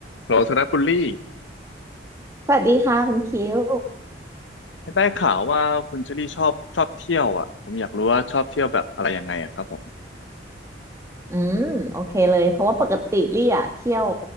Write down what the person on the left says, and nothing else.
โหลสำหรับคุณลี่
ได้ข่าวว่าคุณเชอรี่ชอบชอบเที่ยวอ่ะผมอยากรู้ว่าชอบเที่ยวแบบอะไรยังไงอะครับผม